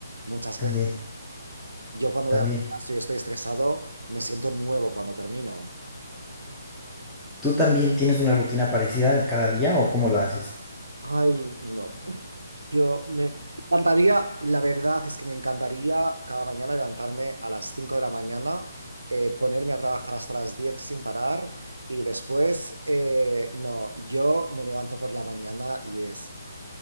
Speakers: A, on the right (about 80°); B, in the centre.
A: muchas
B: También,
A: veces. Yo cuando
B: también.
A: voy al gimnasio y estoy estresado, me siento nuevo cuando termino.
B: ¿Tú también tienes una rutina parecida cada día o cómo lo haces?
A: Ay, no. Yo me encantaría, la verdad es que me encantaría cada mañana levantarme a las 5 de la mañana, eh, ponerme a trabajar hasta las 10 sin parar y después, eh, no, yo me levanto por la mañana y es,